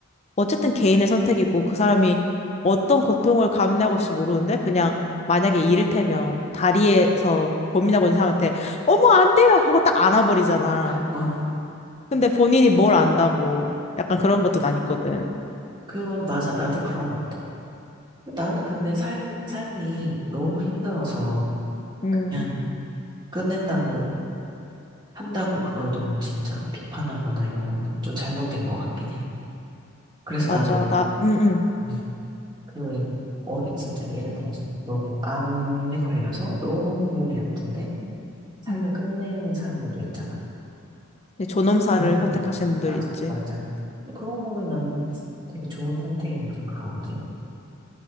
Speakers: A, on the left; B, on the right.
A: 어쨌든 개인의 선택이고 그 사람이 어떤 고통을 감내하고 있을지 모르는데 그냥 만약에 이를테면 다리에서 고민하고 있는 사람한테 어머 안 돼요 하고 딱 안아버리잖아.
B: 뭐
A: 근데 본인이 뭘 안다고 약간 그런 것도 난 있거든.
B: 그건 맞아. 나도 그런 것 같아. 나는 근데 삶 삶이 너무 힘들어서
A: 음,
B: 그냥 끝낸다고 한다고 그걸 너무 진짜 비판하거나 이런 거는 좀 잘못된 것 같긴 해. 그래서
A: 맞아.
B: 나도
A: 나 응응.
B: 음, 그왜 어디 진짜 예를 들어서 너무 암에 걸려서 너무 몸이 아픈데 삶을
A: 음,
B: 끝내는 사람들도 있잖아.
A: 근데 존엄사를
B: 의학적으로.
A: 선택하시는 분들이
B: 맞아,
A: 있지.
B: 맞아. 근데 그런 거는 나는 되게 좋은 선택이라고 생각하거든.